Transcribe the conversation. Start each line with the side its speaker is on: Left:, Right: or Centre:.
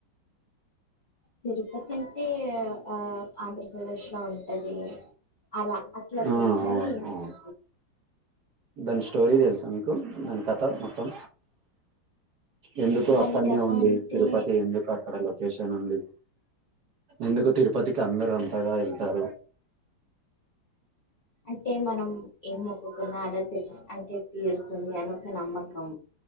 Left: తిరుపతి అంటే ఆ ఆంధ్రప్రదేశ్లో ఉంటది అలా అట్లా
Right: ఆ
Left: తెలుసని
Right: అవును అవును
Left: అ
Right: దాని స్టోరీ తెలుసా మీకు దాని కథ మొత్తం ఎందుకు
Left: దాని
Right: అక్కనే
Left: కథ
Right: ఉంది
Left: అంటే
Right: తిరుపతి ఎందుకు అక్కడలో వేషన్ ఉంది ఎందుకు తిరుపతికి అందరు అంతగా వెళ్తారు
Left: అంటే మనం ఏం మొక్కుకున్నా అలా తె అంటే తీరుతుంది అని ఒక నమ్మకం